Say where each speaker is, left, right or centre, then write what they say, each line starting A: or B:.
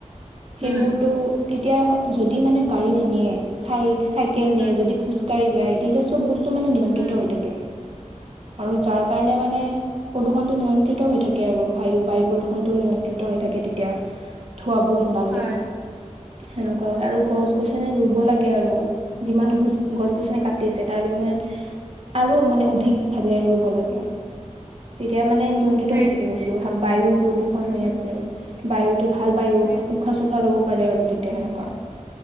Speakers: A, on the right (about 50°); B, on the right (about 15°).
A: সেইবোৰতো
B: উম
A: তেতিয়া যদি মানে গাড়ী নিনিয়ে, চাই চাইকেল
B: উম
A: নিয়ে, যদি খোজকাঢ়ি যায় তেতিয়া চব বস্তু মে নিয়ন্ত্ৰিত
B: উম
A: হৈ থাকে। আৰু যাৰ কাৰণে মানে প্ৰদূষণটো নিয়ন্ত্ৰিত হৈ থাকে আৰু, বায়ু প্ৰদূষণটো নিয়ন্ত্ৰিত হৈ থাকে তেতিয়া। ধোৱাব নোলালে
B: হয়
A: সেনেকুৱা আৰু গছ গছনি ৰুব লাগে আৰু যিমান ঘোচ। গছ গছনি কাটিছে তাৰ বিনিময়ত আৰু মানে অধিকভাৱে ৰুব লাগে। তেতিয়া মানে মানে নিয়ন্ত্ৰিত
B: সেই
A: হৈ থাকে বস্তু বায়ু প্ৰদূষণ
B: উম
A: হৈ আছে বায়ুতো ভাল বায়ু
B: সেই
A: উশাহ চোশাহ ল'ব আৰু তেতিয়া সেনেকুৱা